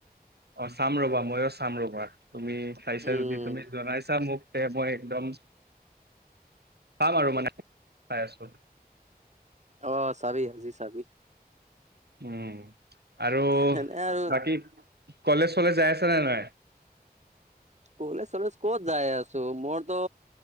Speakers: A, on the right; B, on the right.
A: অ চাম ৰবা, ময়ো চাম ৰবা তুমি চাইছা
B: উম।
A: যদি তুমি জনাইছা মোক। তে মই একদম। পাম আৰু মানে চাই আছোঁ।
B: অ চাবি আজি চাবি।
A: উম আৰু
B: সেনে আৰু
A: বাকী কলেজ-চলেজ যাই আছ নে নাই?
B: কলেজ-চলেজ ক'ত যাই আছো মোইতো